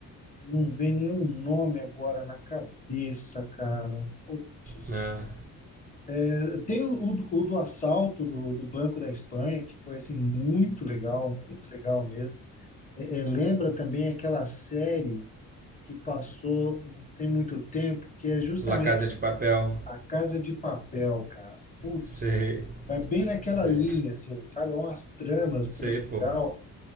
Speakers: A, on the left; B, on the right.
A: não vem nenhum nome agora na cabeça, cara. Putz.
B: na
A: É, Tem o, o do o do assalto do, do Banco da Espanha, que foi assim, muito legal, muito legal mesmo. É, é, lembra também aquela série que passou não tem muito tempo, que é justamente
B: La Casa de Papel,
A: A Casa de Papel, cara. Putz,
B: sei,
A: vai bem naquela
B: sei,
A: linha, assim, sabe? É umas tramas policial.
B: sei, pô,